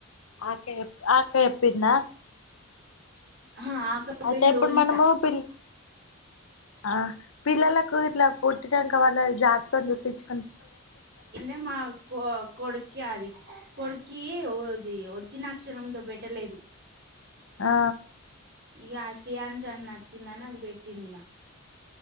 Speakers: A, on the left (about 80°); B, on the right (about 50°).
A: ఆ అక్క చె ఆ అక్క చెప్పిందా
B: ఆహా ఆ అక్క
A: అయితే
B: పేరు
A: ఇప్పుడు
B: లోలిత
A: మనము పిల్లి ఆ పిల్లలకు ఇట్ల పుట్టినంక వాళ్ళ జాతకం చూపించ్
B: ఇందె మా కొ కొడుకె అది కొడుక్ కీ ఒది వచ్చినక్షరంతో పెట్టలేదు
A: ఆ
B: ఇక ఆ శ్రీ అంజన్నచ్చిందని అది పెట్టిందిగ